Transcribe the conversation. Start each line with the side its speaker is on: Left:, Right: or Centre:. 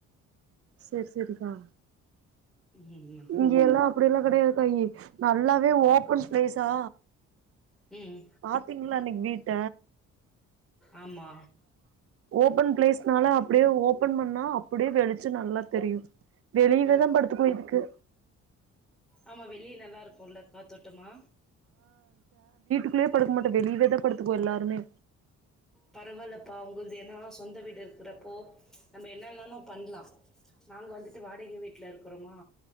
Right: சேரி சேரிக்கா
Centre: ம்மா
Right: இங்கெயெல்லா அப்டியெல்லா கெடையதுக்கா இங்க நல்லாவே ஓப்பன் ஸ்பேஸா
Centre: ம்
Right: பாத்தீங்ளா அன்னைக்கி வீட்ட
Centre: ஆமா
Right: ஓப்பன் ப்ளேஸ் னால அப்டே ஓப்பன் பண்ணா அப்டே வெளிச்சொ நல்லா தெரியு வெளியவேதா
Centre: ம்
Right: படுத்துக்குவோ இதுக்கு
Centre: ஆமா வெளிய நல்லா இருக்குல்ல காத்தோட்டமா
Right: உள்ளயே படுக்க மாட்டோ வெளியவேதா படுத்துக்குவோ எல்லாருமே
Centre: பரவால்லப்பா உங்கள்து என்னாஸ் சொந்த வீடு இருக்ககுறப்போ நம்ம என்னவ்னாலு பண்லா நாங் வந்துட்டு வாடிகே வீட்ல இருக்குறோமா